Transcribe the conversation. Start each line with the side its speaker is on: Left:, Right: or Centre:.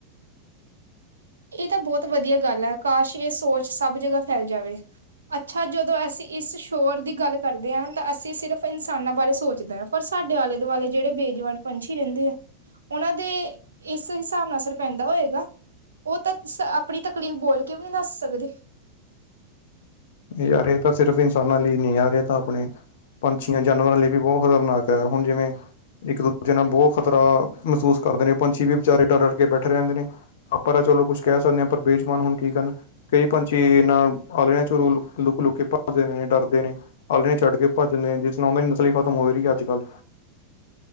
Right: ਏ ਤਾਂ ਬਹੁਤ ਵਧੀਆ ਗੱਲ ਐ ਕਾਸ਼ ਏ ਸੋਚ ਸਭ ਜਗ੍ਹਾ ਫੈਲ ਜਾਵੇ। ਅੱਛਾ ਜਦੋਂ ਅਸੀਂ ਇਸ ਸ਼ੋਰ ਦੀ ਗੱਲ ਕਰਦੇ ਆ ਤਾਂ ਅਸੀਂ ਸਿਰਫ ਇਨਸਾਨਾਂ ਬਾਰੇ ਸੋਚਦੇ ਆ ਪਰ ਸਾਡੇ ਆਲੇ ਦੁਆਲੇ ਜਿਹੜੇ ਬੇਜਵਾਨ ਪੰਛੀ ਰਹਿੰਦੇ ਆ। ਉਹਨਾਂ ਦੇ ਇਸ ਹਿਸਾਬ ਨਾਲ ਅਸਰ ਪੈਂਦਾ ਹੋਏਗਾ। ਓ ਤਾਂ ਆਪਣੀ ਤਕਲੀਫ਼ ਬੋਲ ਕੇ ਵੀ ਨੀ ਦੱਸ ਸਕਦੇ।
Left: ਯਾਰ ਏ ਤਾਂ ਸਿਰਫ਼ ਇਨਸਾਨਾਂ ਲਈ ਨੀ ਯਾਰ ਏ ਤਾਂ ਆਪਣੇ। ਪੰਛੀਆਂ ਜਾਨਵਰਾਂ ਲਈ ਵੀ ਬਹੁਤ ਖ਼ਤਰਨਾਕ ਐ ਹੁਣ ਜਿਵੇਂ। ਇੱਕ ਦੂਜੇ ਨਾਲ ਬਹੁਤ ਖਤਰਾ ਮਹਿਸੂਸ ਕਰਦੇ ਨੇ ਪੰਛੀ ਵੀ ਵਿਚਾਰੇ ਡਰ ਡਰ ਕੇ ਬੈਠੇ ਰਹਿੰਦੇ ਨੇ। ਆਪਾਂ ਤਾਂ ਚਲੋ ਕੁੱਛ ਕਹਿ ਸਕਦੇ ਆ ਪਰ ਬੇਜੁਬਾਨ ਹੁਣ ਕੀ ਕਰਨ ਕਈ ਪੰਛੀ ਆਂਲਣੇ ਚੋ ਰੁਲ ਲੁੱਕ ਲੁੱਕ ਕੇ ਭੱਜਦੇ ਨੇ ਡਰਦੇ ਨੇ ਆਲਣੇ ਛੱਡ ਕੇ ਭੱਜਦੇ ਨੇ ਜਿਸ ਨਾਲ ਉਹਨਾਂ ਦੀ ਨਸਲ ਈ ਖ਼ਤਮ ਹੋ ਰੀ ਅੱਜ ਕੱਲ।